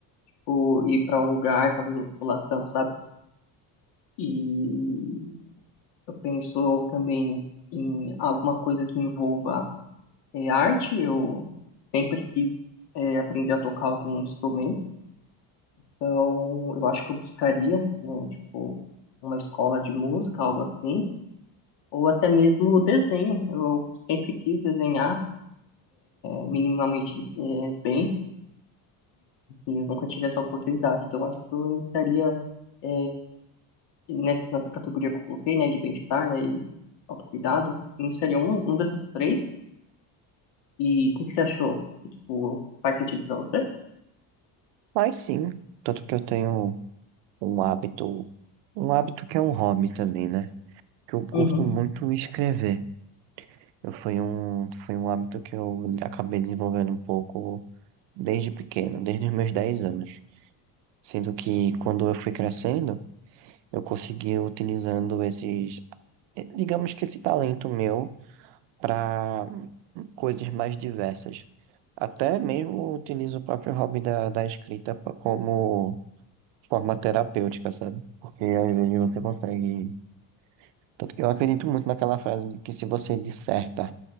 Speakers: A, on the left; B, on the right.
A: tipo, ir para um lugar, fazer musculação, sabe? E eu penso também em alguma coisa que envolva é, arte. Eu sempre quis é, aprender a tocar algum instrumento, então eu acho que eu buscaria, né, tipo, uma escola de música, algo assim ou até mesmo o desenho. Eu sempre quis desenhar é, minimamente é, bem e eu nunca tive essa oportunidade. Então, eu acho que eu iniciaria é, nessa, nessa categoria que eu coloquei, né, de bem-estar, né, e autocuidado, eu iniciaria um, um desses três. E o que, que você achou? Tipo, faz sentido pra você?
B: Mas sim. Tanto que eu tenho um hábito, um hábito que é um hobby também, né? que eu curto
A: Uhum,
B: muito escrever. Eu foi um, foi um hábito que eu acabei desenvolvendo um pouco desde pequeno, desde os meus 10 anos. Sendo que quando eu fui crescendo, eu consegui utilizando esses, eh, digamos que esse talento meu para coisas mais diversas. Até mesmo utilizo o próprio hobby da, da escrita pa- como forma terapêutica, sabe? Porque às vezes você consegue. Tanto que eu acredito muito naquela frase de que se você disserta